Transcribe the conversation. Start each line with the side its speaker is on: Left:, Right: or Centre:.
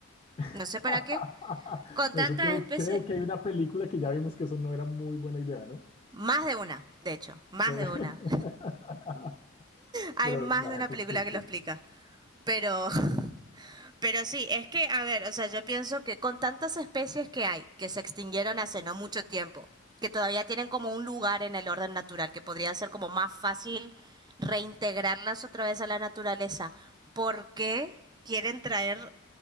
Left: <laughs>
Right: no sé para qué. Con
Left: Eso
Right: tantas
Left: creo,
Right: especies.
Left: creo que hay una película que ya vimos que eso no era muy buena idea, ¿no?
Right: Más de una, de hecho, más
Left: <laughs>
Right: de una. Hay
Left: Pero
Right: más
Left: la
Right: de una
Left: gente
Right: película
Left: insiste.
Right: que lo explica. Pero, <laughs> pero sí, es que, a ver, o sea, yo pienso que con tantas especies que hay, que se extinguieron hace no mucho tiempo, que todavía tienen como un lugar en el orden natural, que podría ser como más fácil reintegrarlas otra vez a la naturaleza, ¿por qué quieren traer